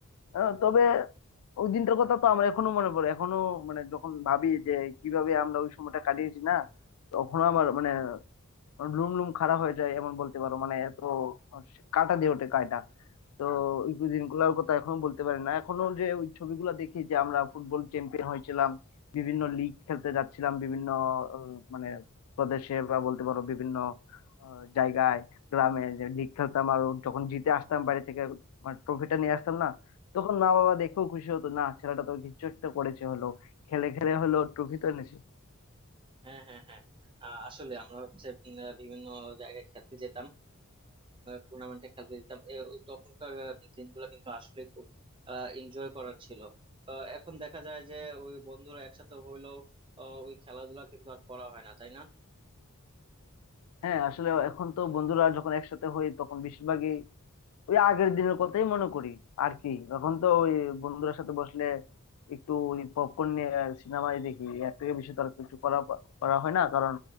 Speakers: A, on the left; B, on the right.
A: আহ, তবে ওই দিনটার কথা তো আমার এখনো মনে পড়ে এখনো মানে যখন ভাবি যে কিভাবে আমরা ওই সময়টা কাটিয়েছি না তখনও আমার মানে লুম লুম খাড়া হয়ে যায় এমন বলতে পারো মানে এত কাটা দিয়ে ওঠে তো ওই দিনগুলোর কথা এখনো বলতে পারি না এখনো যে ওই ছবিগুলো দেখি যে আমরা ফুটবল চ্যাম্পিয়ন হয়েছিলাম বিভিন্ন লিগ খেলতে যাচ্ছিলাম বিভিন্ন আহ, মানে প্রদেশে বা বলতে পারো বিভিন্ন আহ, জায়গায় গ্রামে যে লিগ খেলতাম আর যখন জিতে আসতাম বাড়ি থেকে মানে ট্রফিটা নিয়ে আসতাম না তখন মা বাবা দেখেও খুশি হতো না ছেলেটা তো কিছু একটা করেছে হলো খেলে খেলে হলো ট্রফি তো এনেছে
B: হ্যাঁ হ্যাঁ হ্যাঁ আহ, আসলে আমরা হচ্ছে উম, আহ, বিভিন্ন জায়গায় খেলতে যেতাম টুর্নামেন্টে খেলতে যেতাম এ, ওই তখনকার আহ, দিনগুলো কিন্তু আসলে খুব এনজয় করার ছিল আহ, এখন দেখা যায় যে ওই বন্ধুরা একসাথে হইলেও আহ, ওই খেলাধুলা কিন্তু আর করা হয় না তাই না
A: হ্যাঁ আসলে এখন তো বন্ধুরা যখন একসাথে হই তখন বেশিরভাগই ওই আগের দিনের কথাই মনে করি আর কি এখন তো ওই বন্ধুদের সাথে বসলে একটু ওই পপকর্ন নিয়ে সিনেমাই দেখি এর থেকে বেশি তো আর কিছু করা করা হয় না কারণ